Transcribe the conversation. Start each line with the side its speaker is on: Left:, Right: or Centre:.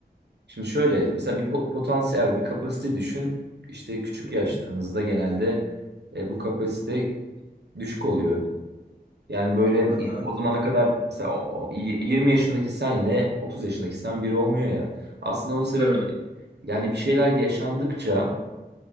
Right: şimdi şöyle mesela bir po- potansiyel bir kapasite düşün. İşte küçük
Left: Hı
Right: yaşlarımızda
Left: hı.
Right: genelde e, bu kapasite düşük oluyor. Yani böyle
Left: Aha.
Right: o zamana kadar mesela o, o y- 20 yaşındaki senle 30 yaşındaki sen biri olmuyor ya. Aslında onun sebebi
Left: Evet.
Right: şey. Yani bir şeyler yaşandıkça